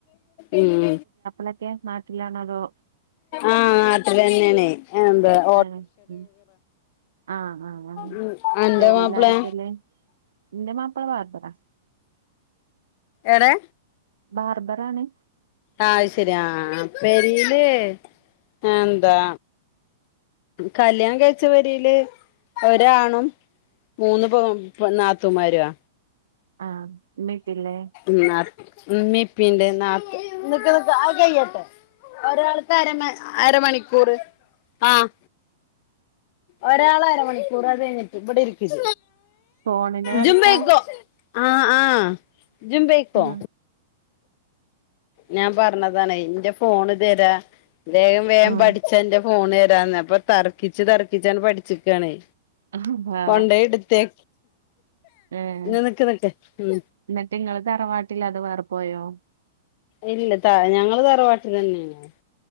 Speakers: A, on the left; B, on the right.
A: ഉം
B: ളൊക്കെ നാട്ടിലാണോ അതോ?
A: ആഹ് നാട്ടില് തന്നെയണേ <unintelligible>
B: ആഹ് ഉം ആഹ് ആഹ് ആഹ്
A: ഉം അന്റെ
B: പെരേൽ
A: മാപ്പിളെ
B: ആരൊക്കെ ഇള്ളേ? ഇന്റെ മാപ്പള ബാർബറാ.
A: ഏടെ?
B: ബർബറ് ആണ്.
A: അഹ് ആത് ശരി ആഹ് പേരില് ആഹ് എന്താ. കല്യാണം കഴിച്ച പേരിൽ ഒരാണും. മൂന്ന് പവം നാത്തുമാരാ.
B: ആഹ് <unintelligible>
A: ന്നാ ഉമ്മീം ഇപ്പിം നാത്ത് നിക് നിക്ക് ആത് കയ്യട്ടെ. ഒരാൾത്ത് അരമ അരമണിക്കൂറ് ആഹ്. ഒരാൾ അരമണിക്കൂർ അത് കഴിഞ്ഞിട്ട് ഇവിടെ ഇരിക്ക
B: ഫോണിന്റെ തെരക്കാ
A: ജുപോയ്‌ക്കോ. ആഹ് ആഹ് ജുപൊയ്ക്കോ.
B: ആഹ്
A: ഞാൻ പറഞ്ഞതാണ് എന്റെ ഫോണ് തരാ വേഗം വേഗം
B: ആഹ്
A: പഠിച്ചാ എന്റെ ഫോണ് തരാ. അപ്പൊ തറക്കിച്ച് തറക്കിച്ചാണ് പഠിച്ചിക്കണേ
B: ആഹ് വാ
A: കോൺണ്ടയിടുത്തവേ
B: ഏഹ്
A: നിക്ക് നിക്കേ ഉം
B: എന്നിട്ട് ഇങ്ങള് തറവാട്ടില്ലാതെ വേറെ പോയോ?
A: ഇല്ല ത ഞങ്ങള് തറവാട്ടിൽ തന്നെയാണ്